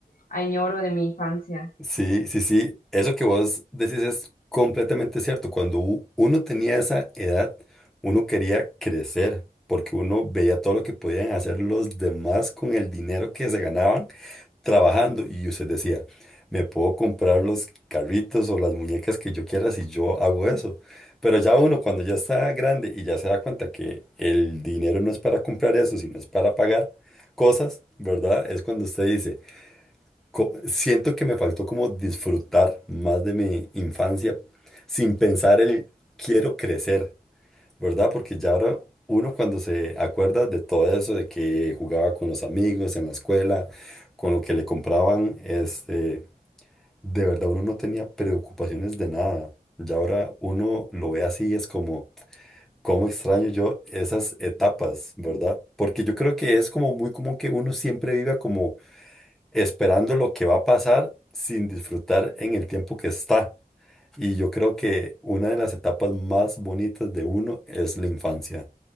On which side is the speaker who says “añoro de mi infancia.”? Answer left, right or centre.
Left